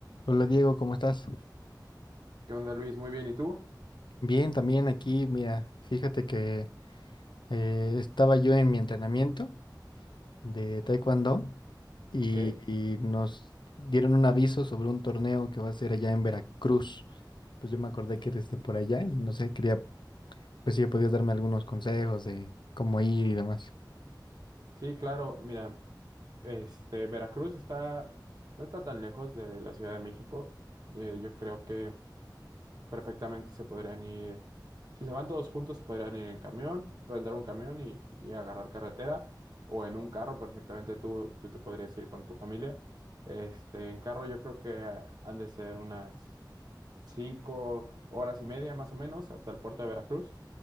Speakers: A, on the left (about 80°); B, on the right (about 60°).
A: Hola Diego, ¿cómo estás?
B: ¿Qué onda, Luis? Muy bien, ¿y tú?
A: Bien, también aquí, mira, fíjate que eh, estaba yo en mi entrenamiento de
B: Ah,
A: Taekwondo y,
B: ok.
A: y nos dieron un aviso sobre un torneo que va a ser allá en Veracruz. Pues yo me acordé que eres de por allá y no sé, quería pues si podías darme algunos consejos de cómo ir y demás.
B: Sí, claro, mira, este, Veracruz está, no está tan lejos de la Ciudad de México. Eh, yo creo que perfectamente se podrían ir, si se van todos juntos, se podrían ir en camión, rentar un camión y, y agarrar carretera, o en un carro, perfectamente tú, tú te podrías ir con tu familia. Este, en carro yo creo que han de ser unas cinco horas y media más o menos hasta el puerto de Veracruz.